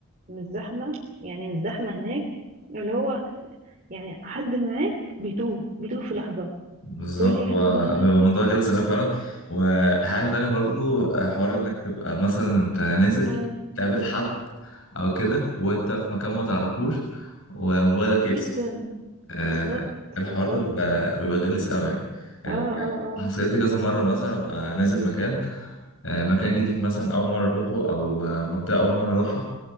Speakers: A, on the right; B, on the left.
A: مش زحمة يعني مش زحمة هناك اللي هو يعني حد معاك بيتوه بيتوه في لحظة
B: بالظبط
A: تقولي احنا
B: وبيبقى
A: تهنا
B: الموضوع غلس أوي فعلا وحاجة تانية برضو حوار إنك تبقى مثلا أنت نازل
A: امم
B: تقابل حد أو كده وأنت في مكان ما تعرفوش وموبايلك
A: جدا
B: يفصل آه
A: بالظبط
B: الحوار
A: بالظبط
B: ده بيبقى بيبقى غلس أوي يعني
A: اه
B: يعني
A: اه اه
B: حصلت لي كذا مرة مثلا أبقى نازل مكان آه مكان جديد مثلا أول مرة أروحه أو آه، منطقة أول مرة أروحها